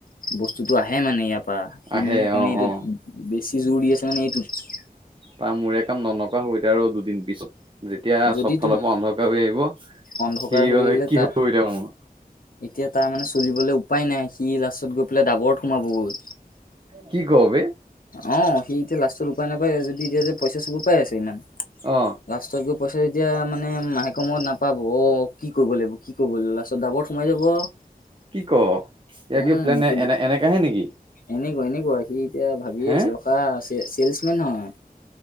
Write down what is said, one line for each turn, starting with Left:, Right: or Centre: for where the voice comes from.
Left: বস্তুতটো আহে মানে ইয়াৰ পৰা সি
Right: আহে
Left: মানে সেইকাৰণে
Right: অ
Left: এইটোত
Right: অ
Left: বেছি জোৰ দি আছে মানে এইটোত।
Right: তাৰ মোৰে কাম নকা হ'ব আৰু দুদিন পিছত। যেতিয়া
Left: যদি
Right: চব ফালৰ
Left: তুম
Right: পৰা অন্ধকাৰ হৈ আহিব
Left: অন্ধকাৰ
Right: সি
Left: হৈ
Right: হলে
Left: আহিলে
Right: কি
Left: তাৰ
Right: হ'ব এতিয়া মোৰ
Left: এতিয়া তাৰ মানে চলিবলৈ উপায় নাই সি লাষ্টত গৈ পেলাই ডাবৰত সোমাব গ'ল।
Right: কি ক বেহ।
Left: অ', সি এতিয়া লাষ্টৰ উপায় নাপায় যদি এতিয়া যে পইচা চবুৰ পাই আছে ইমান।
Right: অ'।
Left: লাষ্টত গৈ পইচা যেতিয়া মানে মাহেক মত নাপাব অ', কি কৰিব লাগিব কি কৰিব লাগিব লাষ্টত ডাবৰ সোমাই যাব
Right: কি, ক ইয়াৰ
Left: উম
Right: কি প্লেনে
Left: সুধি
Right: এনে এনেক আহে নেকি?
Left: এনেকুৱা এনেকুৱা সি এতিয়া ভাবিয়ে
Right: হে
Left: আছে ৰখা চেলচমেন হয়।